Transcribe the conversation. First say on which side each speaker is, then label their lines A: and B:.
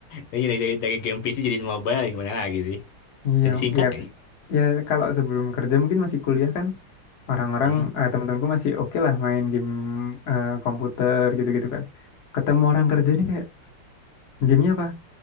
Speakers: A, on the left (about 80°); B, on the left (about 50°).
A: Tapi dari, dari, dari game PC jadiin mobile gimana lagi sih?
B: Iya,
A: Dan disingkat
B: ya,
A: lagi.
B: ya kalau sebelum kerja mungkin masih kuliah kan, orang-orang,
A: Hmm?
B: eh, teman-temanku masih oke lah main game eh, komputer gitu-gitu kan. Ketemu orang kerja ini kayak, gamenya apa?